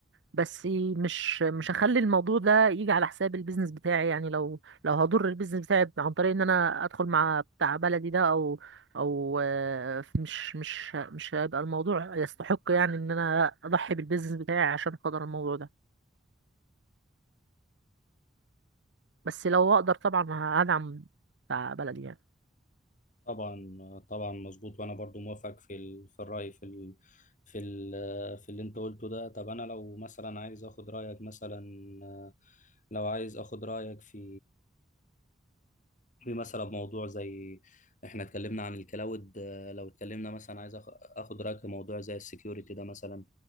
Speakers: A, on the right (about 80°); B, on the left (about 45°).
A: بس مش مش هخلي الموضوع ده يجي على حساب البيزنس بتاعي يعني لو لو هضر البيزنس بتاعي عن طريق إن أنا أدخل مع بتاع بلدي ده أو أو آه، مش مش مش هيبقى الموضوع يستحق يعني إن أنا أضحي بالبيزنس بتاعي عشان خاطر الموضوع ده بس لو اقدر طبعا هدعم بتاع بلدي يعني
B: طبعا طبعا مظبوط وانا برضو موافق في ال... في الراي في ال... في ال... في اللي انت قلته ده طب انا لو مثلا عايز اخد رايك مثلا آه، لو عايز اخد رايك في في مثلا موضوع زي احنا اتكلمنا عن الكلاود آه، لو اتكلمنا مثلا عايز أخ- اخد رايك في موضوع زي السكيورتي ده مثلا